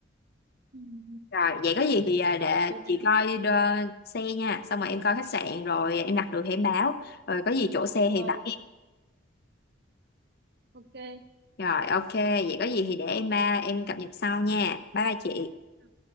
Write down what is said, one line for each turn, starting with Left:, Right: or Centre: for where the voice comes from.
Right: Ừ, <laughs>
Left: rồi vậy có gì thì à, để
Right: Và điều nào
Left: chị coi đơ- xe nha xong rồi em coi khách sạn rồi em đặt được thì em báo rồi có gì chỗ xe thì
Right: Rồi,
Left: báo em
Right: ok.
Left: rồi ok vậy có gì thì để em à, em cập nhật sau nha bye bye chị
Right: Ừ,